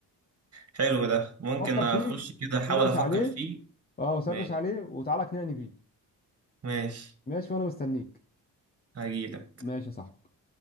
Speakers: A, on the right; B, on the left.
A: حلو ده ممكن
B: فكر
A: اخش
B: فيه
A: كده احاول
B: سرش
A: افكر
B: عليه
A: فيه
B: اه وسرش
A: ماشي
B: عليه وتعالى اقنعني بيه
A: ماشي
B: ماشي وانا مستنيك
A: هجيلك
B: ماشي يا صاحبي